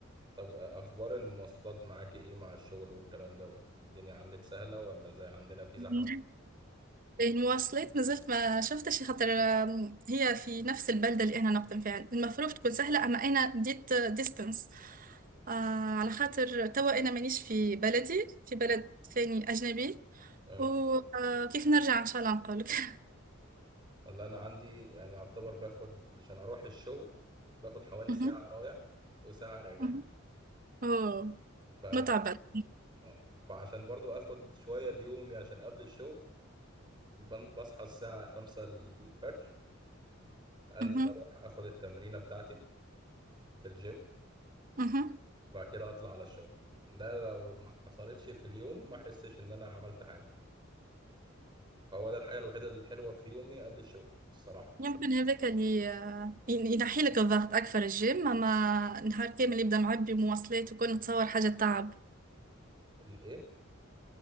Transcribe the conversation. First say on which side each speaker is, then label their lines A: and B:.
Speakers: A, on the right; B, on the right.
A: طب اخبار المواصلات معاكي ايه مع الشغل والكلام دوت الدنيا عندك سهله ولا زي عندنا في
B: <laughs>
A: زحمه
B: المواصلات ما زلت ما شفتش خاطر آم، هي في نفس البلدة اللي أنا نقدم فيها المفروض تكون سهلة أما أنا ديت ديستنس آه على خاطر توا أنا مانيش في بلدي في بلد ثاني أجنبي
A: آه.
B: وكيف نرجع إن شاء الله نقولك <laughs>
A: اللي انا عندي يعني اعتبر باخد عشان اروح الشغل باخد حوالي
B: مهم.
A: ساعة رايح وساعة راجع
B: مهم. أوه
A: ف...
B: متعبة
A: آه. فعشان برضو اخد شوية ليومي عشان قبل الشغل بن- بصحى الساعة خمسة الفجر انزل
B: مهم.
A: اروح اخد التمرينة بتاعتي في الجيم
B: مهم.
A: وبعد كده اطلع على الشغل ده لو ما حصلتش في اليوم ما احسش ان انا عملت حاجة فهو ده الحاجة الوحيدة الحلوة في يومي قبل الشغل الصراحة
B: يمكن هذاك اللي ين- ينحي لك الضغط أكثر الجيم أما نهار كامل يبدأ معبي مواصلات وكل نتصور حاجة تعب
A: الايه